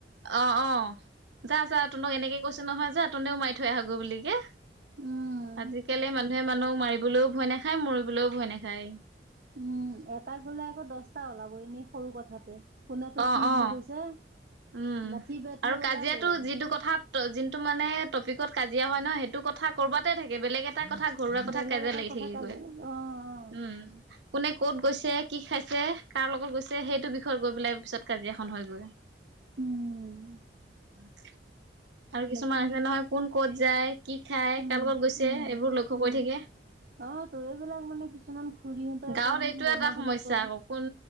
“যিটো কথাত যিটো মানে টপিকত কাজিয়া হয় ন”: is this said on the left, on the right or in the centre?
Right